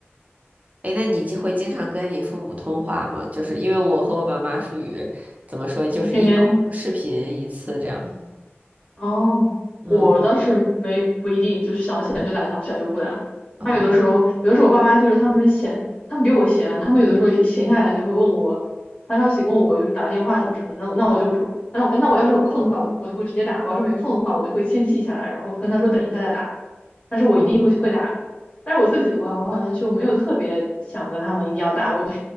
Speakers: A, on the right; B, on the left.
A: 哎，那你就会经常跟你父母通话吗？就是因为我和我爸妈属于怎么说，就是一周视频一次这样。
B: 天天哦，
A: 嗯，
B: 我倒是没不一定，就是想起来就打，想不起来就不打。
A: 哦，
B: 他有的时候，有的时候我爸妈就是他们闲，他们比我闲，他们有的时候一闲下来就会问我发消息，问我就是打个电话什么什么的。那我那我就会说，那我那我要是有空的话，我我就会直接打；我要是没空的话，我就会先记下来，然后跟他说等一下再打。但是我一定会去会打的。
A: 哦，
B: 但是我自己的话，我好像就没有特别想跟他们一定要打，我就